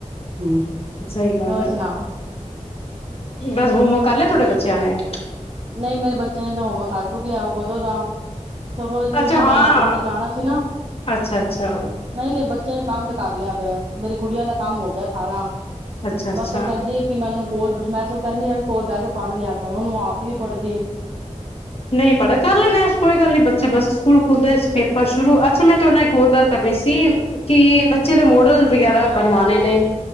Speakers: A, on the right; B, on the left.
A: ਹੂੰ
B: ਸੲੀ ਗੱਲ
A: ਹੋਰ
B: ਐ,
A: ਸੁਣਾ
B: ਬਸ ਹੋਮਵਰਕ ਕਰ ਲਿਐ ਥੋਡੇ ਬੱਚਿਆਂ ਨੇ?
A: ਨਹੀਂ, ਮੇਰੇ ਬੱਚਿਆਂ ਨੇ ਤਾਂ ਹੋਮਵਰਕ ਕਰ-ਕੁਰ ਲਿਆ ਵਾ ਕਦੋਂ ਦਾ। ਸਗੋਂ, ਟੂਸ਼ਨ
B: ਅੱਛਾ ਹਾਂ,
A: ਵਾਲੀ ਮੈਡਮ ਨੇ ਜਾਣਾ ਸੀ ਨਾ।
B: ਅੱਛਾ ਅੱਛਾ,
A: ਨਹੀਂ-ਨਹੀਂ, ਬੱਚਿਆਂ ਨੇ ਕੰਮ ਤੇ ਕਰ ਲਿਆ ਵੇ, ਮੇਰੀ ਕੁੜੀਆ ਨੇ ਕੰਮ ਹੋ ਗਿਐ ਸਾਰਾ।
B: ਅੱਛਾ ਅੱਛਾ
A: ਬਸ ਉਹ ਕੈਂਦੀ ਏ, ਕਿ ਮੈਨੂੰ ਕੋਲ ਬਠ ਮੈਂ ਸੋਂ ਕੈਨੀਂ ਆ ਕੋਲ ਬੈਅ ਕੇ ਪੜ ਲਿਆ ਕਰ, ਓਨੂੰ ਆਪ ਵੀ ਨੀ ਪੜਦੀ।
B: ਨਹੀਂ ਪੜੇ, ਕਰ ਲੈਂਨੇ ਕੋਈ ਗੱਲ ਨੀਂ, ਬੱਚੇ ਬਸ ਸਕੂਲ ਖੁੱਲਦੇ ਪੇਪਰ ਸ਼ੁਰੂ, ਅੱਛਾ ਮੈਂ ਤੁਆਡੇ ਨਾਲ ਇੱਕ ਹੋਰ ਗੱਲ ਕਰ ਸੀ, ਕਿ ਬੱਚੇ ਦੇ ਮੋਡਲ ਵਗੈਰਾ ਬਣਵਾਣੇ ਨੇ।